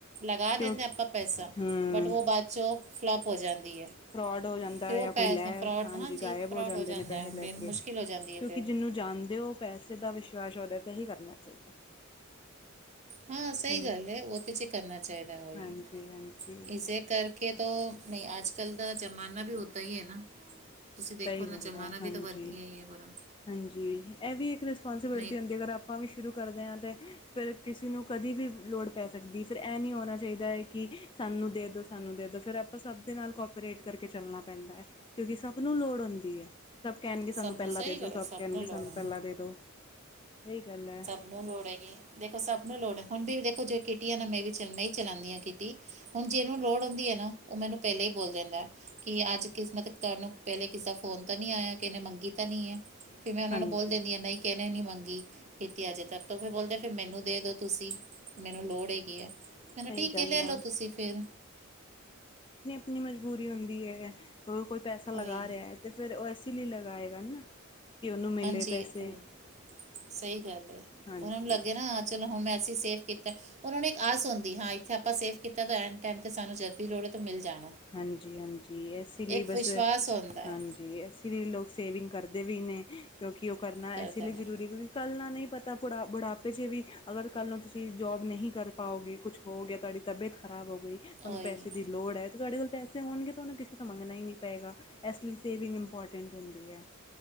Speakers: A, on the right; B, on the left.
A: ਲਗਾ ਦਿੰਦੇ
B: ਕਿਉਂ
A: ਹਾਂ ਆਪਾਂ ਪੈਸਾ
B: ਹੂੰ
A: ਬਟ ਉਹ ਬਾਅਦ ਚੋ ਫਲੋਪ ਹੋ ਜਾਂਦੀ ਹੈ।
B: ਫਰੋਡ ਹੋ ਜਾਂਦਾ
A: ਫਿਰ
B: ਜਾਂ
A: ਉਹ ਪੈਸੇ
B: ਕੋਈ ਲੈ
A: ਫਰੋਡ
B: ਹਾਂਜੀ ਗਾਇਬ
A: ਫਰੋਡ
B: ਹੋ ਜਾਂਦੇ
A: ਜਾਂਦਾ
B: ਨੇ ਪੈਸੇ
A: ਹੈ
B: ਲੈ
A: ਫਿਰ
B: ਕੇ
A: ਮੁਸ਼ਕਿਲ
B: ਕਿਉਂਕਿ
A: ਹੋ ਜਾਂਦੀ ਹੈ ਫਿਰ
B: ਜਿਹਨੂੰ ਜਾਂਣਦੇ ਹੋ ਪੈਸੇ ਦਾ ਵਿਸ਼ਵਾਸ ਉਹਦੇ ਤੇ ਹੀ ਕਰਨਾ ਚਾਹੀਦਾ।
A: ਹਾਂ ਸਹੀ
B: ਹਾਂਜੀ
A: ਗੱਲ ਹੈ, ਉਹ ਤਾਂ ਚੇ ਕਰਨਾ ਚਾਹੀਦਾ ਵਹੀ
B: ਹਾਂਜੀ ਹਾਂਜੀ
A: ਇਸੇ ਕਰ ਕਿ ਤੋ ਨਹੀਂ ਆਜ ਕੱਲ ਦਾ ਜ਼ਮਾਨਾ ਵੀ ਹੈ ਨਾ। ਤੁਸੀਂ ਦੇਖੋ
B: ਸਹੀ
A: ਨਾ
B: ਗੱਲ
A: ਜ਼ਮਾਨਾ
B: ਆ
A: ਵੀ
B: ਹਾਂਜੀ,
A: ਤਾਂ ਵਧੀਆ ਹੀ ਹੈ ਪੂਰਾ
B: ਹਾਂਜੀ ਇਹ ਵੀ ਇੱਕ ਰਿਸਪੋਂਸੀਬਿਲਿਟੀ
A: ਨਹੀਂ
B: ਹੁੰਦੀ ਅਗਰ ਆ ਆਪਾਂ ਵੀ ਸ਼ੁਰੂ ਕਰਦੇ ਹਾਂ, ਅਤੇ ਫਿਰ ਕਿਸੇ ਨੂੰ ਕਦੇ ਵੀ ਲੋੜ ਪੈ ਸਕਦੀ ਫਿਰ, ਇਹ ਨਹੀਂ ਹੋਣਾ ਚਾਹੀਦਾ ਹੈ। ਕਿ ਸਾਨੂੰ ਦੇ ਦਿਉ ਸਾਨੂੰ ਦੇ ਦਿਉ ਫਿਰ ਆਪਾਂ ਸਭ ਦੇ ਨਾਲ ਕੋਪਰੇਟ ਕਰਕੇ ਚੱਲਣਾ ਪੈਂਦਾ ਹੈ। ਕਿਉਂਕਿ ਸਭ ਸਭ ਨੂੰ ਲੋੜ ਹੁੰਦੀ ਹੈ। ਸਭ ਕਹਿਣਗੇ ਸਾਨੂੰ
A: ਸਭ
B: ਪਹਿਲਾਂ
A: ਨੂੰ ਸਹੀ
B: ਦੇ ਦੇਦੋ,
A: ਗੱਲ
B: ਸਭ
A: ਹੈ
B: ਕਹਿਣਗੇ
A: ਨੂੰ ਲੋੜ
B: ਸਾਨੂੰ
A: ਹੈ
B: ਪਹਿਲਾਂ ਦੇ ਦੇਦੋ, ਇਹੀ ਗੱਲ ਹੈ।
A: ਨ ਰੋੜਗੇ ਦੇਖੋ ਸਭ ਨੂੰ ਲੋੜ ਹੈ। ਹੁਣ ਵੀ ਦੇਖੋ ਜ ਕਿਟੀ ਆ ਨਾ ਮੈਂ ਵੀ ਚ ਮੈਂ ਹੀ ਚਲਾਉਂਦੀ ਹਾਂ ਕਿਟੀ, ਹੁਣ ਜਿਹਨੂੰ ਲੋੜ ਹੁੰਦੀ ਹੈ ਨਾ ਉਹ ਮੈਨੂੰ ਪੈਲਾਂ ਹੀ ਬੋਲ ਦਿੰਦਾ, ਕਿ ਅੱਜ ਕਿਸਮਤ ਤੁਹਾਨੂੰ ਪੈਲੇ ਕਿਸੇ ਦਾ ਫੋਨ ਤਾਂ ਨਹੀਂ ਆਇਆ। ਕਿਨ ਨੇ ਮੰਗੀ ਤਾਂ ਨਹੀਂ ਹੈ। ਫਿਰ ਮੈਂ ਉਹਨਾਂ
B: ਹਾਂਜੀ
A: ਨੂੰ ਬੋਲ ਦਿੰਦੀ ਹਾਂ ਨਹੀਂ ਕਿਹਨੇ ਨਹੀਂ ਮੰਗੀ ਕੀਤੀ ਅਜੇ ਤੱਕ ਤ ਫਿਰ ਬੋਲਦੇ ਫਿਰ ਮੈਨੂੰ ਦੇ ਦੋ ਤੁਸੀਂ ਮੈਨੂੰ ਲੋੜ ਹੈਗੀ ਹੈ। ਮੈਂ ਨਾ
B: ਸਹੀ
A: ਠੀਕ
B: ਗੱਲ
A: ਹੈ। ਲੈ
B: ਆ
A: ਲਓ ਤੁਸੀਂ ਫਿਰ
B: ਨੀ ਮਜਬੂਰੀ ਹੁੰਦੀ ਹੈ ਹੋਰ ਕੋਈ ਪੈਸਾ ਲਗਾ
A: ਉਹੀ
B: ਰੇਹਾ ਹੈ। ਅਤੇ ਫਿਰ ਉਹ ਇਸੇ ਲਈ ਲਗਾਏਗਾ ਨਾ ਕਿ ਉਹਨੂੰ ਮਿਲੇ
A: ਹਾਂਜੀ
B: ਪੈਸੇ
A: ਉਹੀ ਸਹੀ ਗੱਲ ਹੈ
B: ਹਾਂਜੀ
A: ਉਹਨਾਂ ਨੂੰ ਲੱਗੇਆ ਨਾ ਚਲੋ ਹੁਣ ਮੈਂਸੀ ਸੇਫ ਕੀਤਾ ਉਹਨਾਂ ਨੂੰ ਇੱਕ ਆਸ ਹੁੰਦੀ ਹਾਂ ਇੱਥੇ ਆਪਾਂ ਸੇਵ ਕੀਤਾ ਤਾਂ ਐਨ ਟੈਮ ਤੇ ਸਾਨੂੰ ਜਦ ਵੀ ਲੋੜ ਹੈ ਤੋਂ ਮਿਲ ਜਾਣਾ।
B: ਹਾਂਜੀ-ਹਾਂਜੀ ਇਸ ਲਈ
A: ਇੱਕ
B: ਬਸ
A: ਵਿਸ਼ਵਾਸ ਹੁੰਦਾ
B: ਹਾਂਜੀ ਇਸ ਲੋਕ ਸੇਵਿੰਗ ਕਰਦੇ ਵੀ ਨੇ ਕਿਉਂਕਿ ਉਹ ਕਰਨਾ
A: ਕਰਦੇ
B: ਐਸੀ ਲਈ
A: ਨੇ
B: ਜ਼ਰੂਰੀ ਹੋਏ ਕੱਲ ਨਾਲ ਨਹੀਂ ਪਤਾ ਬੁੜਾਪੇ ਚ ਵੀ ਅਗਰ ਕੱਲ ਨੂੰ ਤੁਸੀ ਜੋਬ ਨਹੀਂ ਕਰ ਪਾਓਗੇ ਕੁਝ ਹੋ ਗਿਆ ਤੁਆਡੀ ਤਬੀਅਤ ਖਰਾਬ ਹੋ ਗਈ ਤੁਹਾਨੂੰ
A: ਉਹੀ
B: ਪੈਸੇ ਦੀ ਲੋੜ ਹ ਤੇ ਸਾਡੇ ਕੋਲ ਪੈਸੇ ਹੋਣਗੇ ਤੁਹਾਨੂੰ ਕਿਸੇ ਤੋਂ ਮੰਗਣਾ ਹੀ ਨਹੀਂ ਪਏਗਾ ਇਸ ਲਈ ਸੇਵਿੰਗ ਇਮਪੋਰਟੈਂਟ ਹੁੰਦੀ ਐ